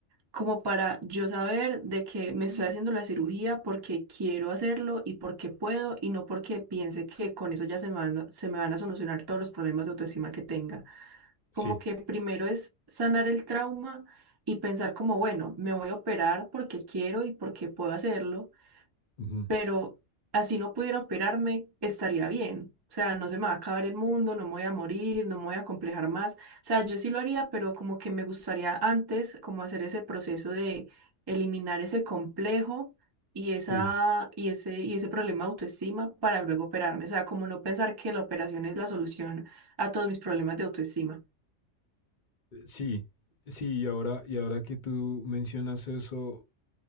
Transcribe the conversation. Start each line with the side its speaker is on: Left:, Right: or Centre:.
Right: como para yo saber de que me estoy haciendo la cirugía porque quiero hacerlo y porque puedo y no porque piense que con eso ya se me van, a- se me van a solucionar todos los problemas de autoestima que tenga.
Left: Sí,
Right: como que primero es sanar el trauma y pensar como, bueno, me voy a operar porque quiero y porque puedo hacerlo,
Left: ujú,
Right: pero así no pudiera operarme, estaría bien. O sea, no se me va a acabar el mundo, no me voy a morir, no me voy a complejar más. O sea, yo sí lo haría, pero como que me gustaría antes como hacer ese proceso de eliminar ese complejo y esa
Left: sí,
Right: y ese y ese problema de autoestima para luego operarme. O sea, como no pensar que la operación es la solución a todos mis problemas de autoestima.
Left: eh, sí, sí. Y ahora, y ahora que tú mencionas eso,